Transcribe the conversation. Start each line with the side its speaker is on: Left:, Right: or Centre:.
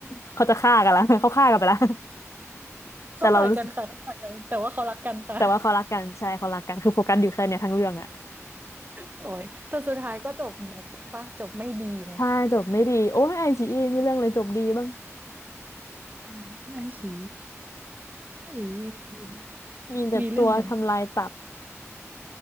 Left: <laughs> เขาจะฆ่ากันละเขาฆ่ากันไปละ
Right: เขาต่อยกันค่ะเขาต่อยกันแต่ว่าเขารักกันค่ะ
Left: แต่เรารู้สึกแต่ว่าเขารักกันใช่เขารักกันคือโฟกัสอยู่แค่เนี้ยทั้งเรื่องอะ
Right: โอ้ยแต่สุดท้ายก็จบแบดปะจบไม่ดีไหม
Left: ใช่จบไม่ดีโอ้ยไอจีมีเรื่องเลยจบดีบ้าง
Right: อืมไอ้ฉีไอ้ฉีมีเรื่อง
Left: <laughs> มีแต่ตัวทำลายตับ
Right: มีเรื่องนั้น